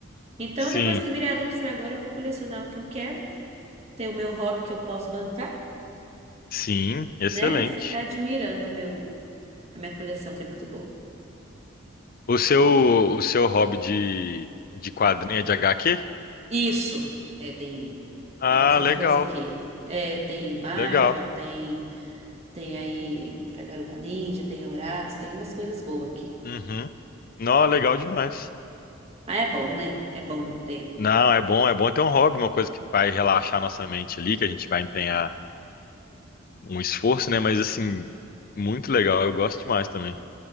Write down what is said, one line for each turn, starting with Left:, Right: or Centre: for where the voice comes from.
Right: Então
Left: Sim,
Right: depois que virei adulto, falei agora eu vou colecionar o que eu quero, ter o meu hobby que eu posso bancar.
Left: sim, excelente.
Right: né? E ficar admirando o meu, a minha coleção, que é muito boa.
Left: O seu, o seu hobby de, de quadrinho é de HQ?
Right: Isso, é, tem,
Left: Ah,
Right: tem bastante
Left: legal,
Right: coisa aqui. É, tem Marvel,
Left: legal.
Right: tem, tem aí Tartaruga Ninja, tem Horácio, tem umas coisas boas aqui.
Left: Uhum. Não, legal demais.
Right: Mas é bom, né? É bom ter.
Left: Não, é bom, é bom ter um hobby, uma coisa que vai relaxar nossa mente ali, que a gente vai empenhar um esforço, né? Mas assim, muito legal, eu gosto demais também.